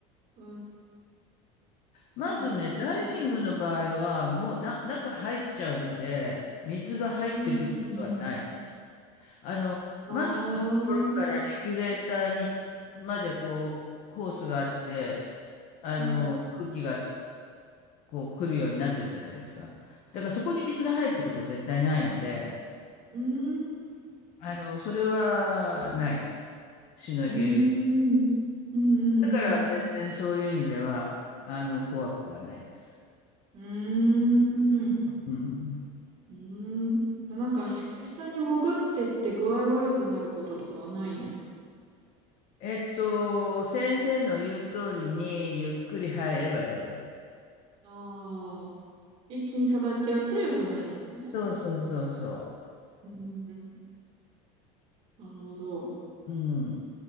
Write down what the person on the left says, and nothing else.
まずね、ダイビングの場合は、
もうな、中入っちゃうので、水が入ってくることはないです。
あの、
マスクのところからレギュレーターに、
までこう、ホースがあって、あの、
空気がこう来るようになってるじゃないですか。
だからそこに水が入るってことは絶対ないので、
あの、それはないです。シュノーケリング。
だから全然そういう意味では、あの、怖くはないです。
うん。
えっと、先生の言う通りにゆっくり入れば大丈夫です。
そうそうそうそ
う。うん。